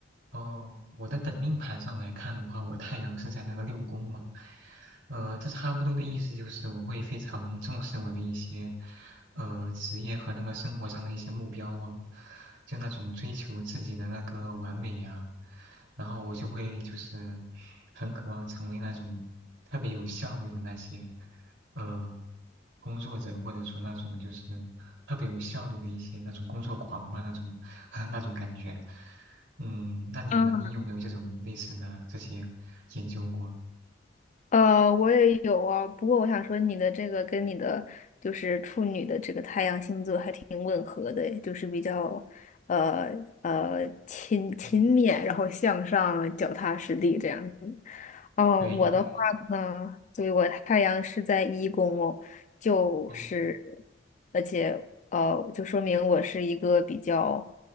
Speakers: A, on the right (about 70°); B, on the left (about 40°).
A: 哦，我的本命盘上来看的话，我太阳是在那个六宫嘛，呃，这差不多的意思就是我会非常重视我的一些呃职业和那个生活上的一些目标啊，就那种追求自己的那个完美呀、然后我就会就是很渴望成为那种特别有效率的那些呃工作者，或者说那种就是特别有效率的一些那种工作狂吧，那种 <laughs> 那种感觉。嗯，那你呢？
B: 嗯，
A: 你有没有这种类似的这些研究过？
B: 呃，我也有啊，不过我想说，你的这个跟你的就是处女的这个太阳星座还挺吻合的诶就是比较呃呃勤勤勉，
A: 嗯
B: 然后向上，脚踏实地这样子。嗯，
A: 对，因为
B: 我的话呢，对，我太阳是在一宫哦，就是
A: 哦
B: 而且。呃，就说明我是一个比较